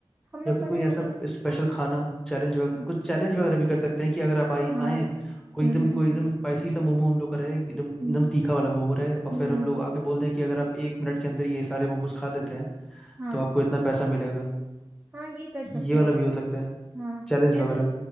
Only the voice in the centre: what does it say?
या फिर
कोई
ऐसा
स्पेशल
खाना चैलेंज वगैरह
कुछ चैलेंज वगैरह भी कर सकते हैं कि अगर आप आए
आए कोई
एकदम
कोई एकदम स्पाइसी सा मोमो हम लोग का रहे एकदम एकदम
तीखा वाला मोमो रहे और
फिर हम लोग आके बोल दें कि अगर आप एक मिनट के अंदर ये सारे मोमोज खा लेते हैं
तो आपको इतना पैसा मिलेगा
ये वाला
भी हो सकता है
चैलेंज
वगैरह